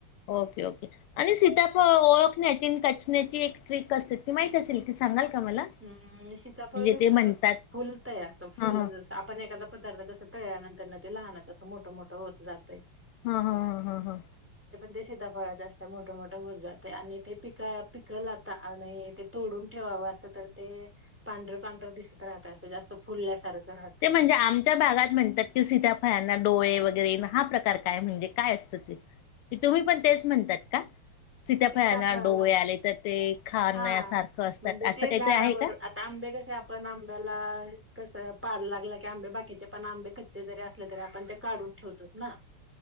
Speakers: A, on the left; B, in the centre.
A: ओके ओके आणि सीताफळ ओळखण्याची कचन्याची एक ट्रीक क असती माहीत असेल की सांगाल का मला?
B: हम्म सीताफळ
A: म्हणजे
B: कस
A: ते म्हणतात.
B: फुलतंय असं फुल
A: हा हा
B: जस आपण एखादा पदार्थ कसा कळल्यानंतर ना ते लहानाच असं मोठं मोठं होत जातय
A: हा हा हा हा हा
B: ते सीताफळ असतय मोठ मोठं होत जातय आणि ते पिक पिकला आता आणि ते तोडून ठेवावं असं तर ते पांढर पांढर दिसत राहत असं जास्त फुलल्यासारखं राहतय
A: ते म्हणजे, आमच्या भागात म्हणतात की सीताफळाला डोळे वगैर हा प्रकार काय म्हणजे काय असत ते? तुम्ही पण तेच म्हणतात का? सीताफळना
B: सीताफळाला
A: डोळे आले तर ते खाण्यासारखं
B: हा
A: असतात
B: म्हणजे
A: असं
B: ते
A: काहीतरी
B: झाडावर
A: आहे का?
B: आता आंबे कशे आपण आंब्याला कसं पाड लागलं की आंबे बाकीचे पण आंबे कच्चे जरी असले तरी आपण ते काढून ठेवतोत ना